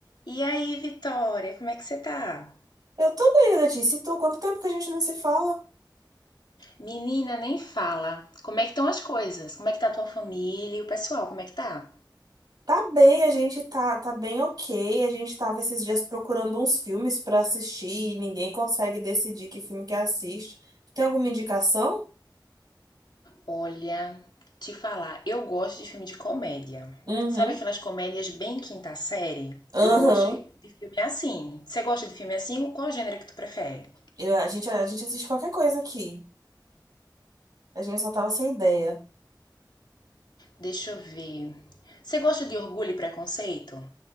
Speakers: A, on the left; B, on the right.
A: E aí, Vitória, como é que você tá?
B: Eu tô bem, Letícia. E tu? Quanto tempo que a gente não se fala?
A: Menina, nem fala. Como é que estão as coisas? Como é que tá a tua família e o pessoal? Como é que tá?
B: Tá bem, a gente tá, tá bem ok. A gente tava esses dias procurando uns filmes pra assistir e ninguém consegue decidir que filme que assiste. Tem alguma indicação?
A: Olha, te falar, eu gosto de filme de comédia.
B: Uhum.
A: Sabe aquelas comédias bem quinta série?
B: Aham.
A: Eu gosto de filme assim. Você gosta de filme assim? Qual gênero que tu prefere?
B: Eu- a gente, a gente assiste qualquer coisa aqui. A gente só tava sem ideia.
A: Deixa eu ver. Você gosta de Orgulho e Preconceito?